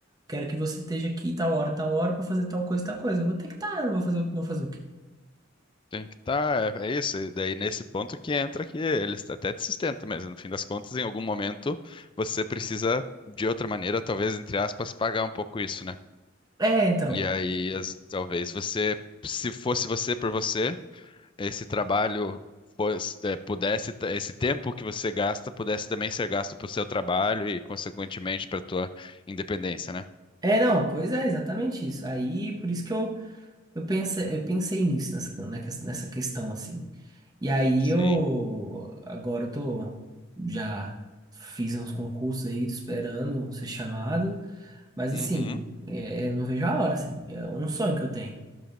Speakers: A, on the right; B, on the left.
A: quero que você esteja aqui tal hora, tal hora, pra fazer tal coisa, tal coisa, eu vou ter que estar, eu vou fazer, o- vou fazer o quê?
B: tem que estar. é é isso. E daí, nesse ponto que entra que eles até te sustentam, mas no fim das contas, em algum momento, você precisa, de outra maneira, talvez, entre aspas, pagar um pouco isso, né?
A: É, então.
B: E aí, as- talvez você, se fosse você por você, esse trabalho. fosse- é, pudesse t- esse tempo que você gasta pudesse também ser gasto para o seu trabalho e consequentemente para a tua independência, né?
A: É, não, pois é, exatamente isso. Aí, por isso que eu Eu pensei, eu pensei nisso, nessa, na ques- nessa questão, assim. E aí
B: Sim.
A: eu, agora eu tô, já fiz uns concursos aí, tô esperando ser chamado, mas
B: Uhum.
A: assim, é, é, não vejo a hora, assim. É um sonho que eu tenho.